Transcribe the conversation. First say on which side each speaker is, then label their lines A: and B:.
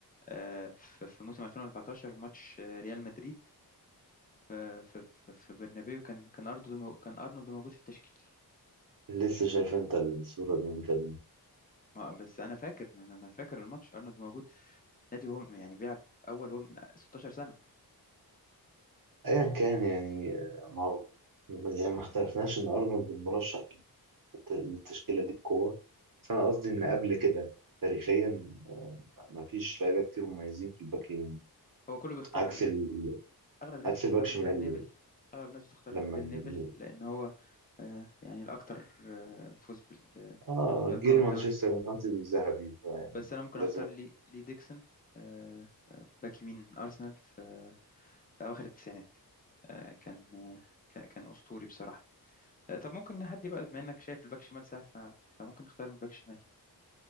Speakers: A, on the left; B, on the right.
A: آه، ف- في موسم 2014 ماتش آه، ريال مدريد آه، في في في برنابيو كان كان ارنولد مو- كان ارنولد موجود في التشكيل
B: لسه شايف انت الصوره دي من كام يوم.
A: ما بس انا فاكر انا أنا فاكر الماتش ارنولد موجود نادي هو يعني بيلعب اول هو من 16 سنه
B: ايا كان يعني آه، ما هو يعني ما اختلفناش ان ارنولد مرشح للت- للتشكيله دي بقوه بس انا قصدي ان قبل كده تاريخيا ما فيش لعيبه كتير مميزين في الباك يمين
A: هو كله بيختار
B: عكس
A: لي-
B: ال...
A: اغلب الناس
B: عكس
A: بتختار
B: الباك شمال
A: جاري نيفل اغلب الناس بتختار
B: لما
A: جاري
B: ن-
A: نيفل لان هو آه يعني الاكثر آه فوز بال-
B: اه
A: بألقاب
B: جيل
A: الدوري
B: مانشستر يونايتد الذهبي فيعني
A: بس انا ممكن
B: لازم
A: اختار لي لي ديكسون آه آه، باك يمين ارسنال في في اواخر التسعينات آه كان آه كان كان اسطوري بصراحه آه طب ممكن نحدي بقى بما انك شايف الباك شمال سهل ف- فممكن نختار من باك شمال